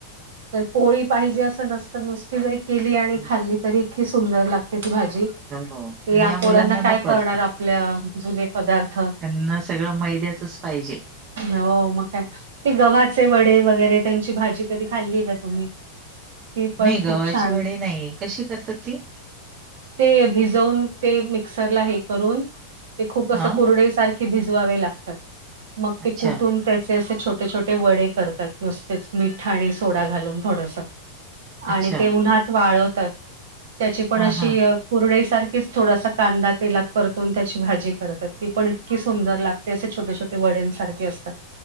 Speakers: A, on the right; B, on the right.
A: तर पोळी पाहिजे असं नसत नुसती जरी केली आणि
B: हम
A: खाल्ली तरी इतकी सुंदर लागते ती भाजी
B: हो
A: ते
B: पण
A: या
B: मुलांना
A: पोरांना काय
B: नको
A: कळणार
B: असतं
A: आपल्या जुने पदार्थ
B: त्यांना सगळं मैद्याचच पाहिजे.
A: हो मग काय, ते गव्हाचे वडे वगैरे त्यांची भाजी कधी खाल्ली आहे का तुम्ही? ती पण
B: नाही गव्हाचे
A: खूप छान
B: वडे नाही कशी करतात ती?
A: ते भिजवून ते मिक्सरला हे करून ते खूप असं
B: हा
A: कुरडई सारखे ती भिजवावी लागतात मग
B: अच्छा
A: ती कुटून असे छोटे छोटे वडे करतात नुसतेच मिठ आणि सोडा घालून थोडस
B: अच्छा
A: आणि ते उन्हात वाळवतात त्याची पण
B: हा
A: अशी
B: हा
A: कुरडई सारखीच थोडासा कांदा तेलात परतून त्याची भाजी करतात ती पण की सुंदर लागते असे छोटे छोटे वड्यांसारखे असतात